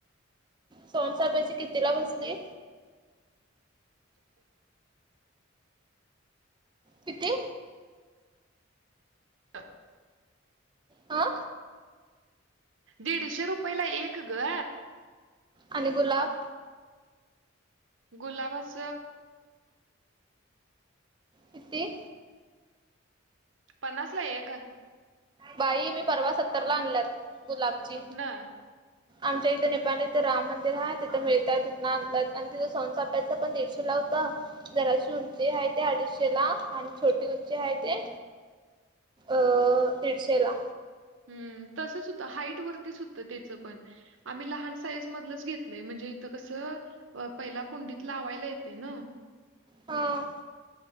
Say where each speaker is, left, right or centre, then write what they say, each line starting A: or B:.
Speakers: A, on the right; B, on the right.
A: सोहन साहेबची किती ला बसली किती
B: हा.
A: हा
B: दीडशे रुपयला एक ग.
A: आणि गुलाब.
B: गुलाबच
A: कितीे.
B: पन्नास ला एक.
A: बाई मी परवा सत्तरला आणल्यात गुलाबची
B: कुठनं?
A: आमच्या इथं निपपाण इथं राम मंदिर आहे तिथं मिळतात तिथून आणलंत आणि तिथं स. त्याच पण दीडशेला होत. जराश उंची आहे ते अडीचशे ला आणि छोटी उंची आहे ते अह दीडशेला
B: हम्म तसंच होतं हाईट वरतीच होतं त्याचं पण आम्ही लहान साईज मधलंच घेतलंय म्हणजे इथं कसं पहिला कुंडीत लावायला येते न
A: हा